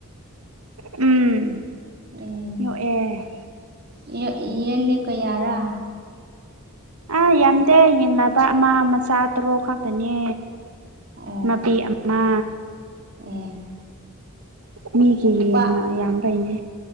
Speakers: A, on the right; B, on the right.
A: ꯎꯝ
B: ꯑꯦ
A: ꯌꯣꯛꯑꯦ
B: <unintelligible> ꯌꯦꯟꯗꯤ ꯀꯌꯥꯔꯥ
A: ꯑꯥ ꯌꯥꯝꯗꯦ ꯌꯦꯟ ꯂꯥꯕ ꯑꯃ ꯃꯆꯥ ꯇꯔꯨꯛ ꯈꯛꯇꯅꯦ
B: ꯑꯣ
A: ꯃꯄꯤ ꯑꯃ
B: ꯑꯣ
A: ꯃꯤꯒꯤ
B: ꯅꯨꯄꯥ
A: ꯌ‌ꯦꯟꯅ ꯌꯥꯝꯕꯩꯅꯦ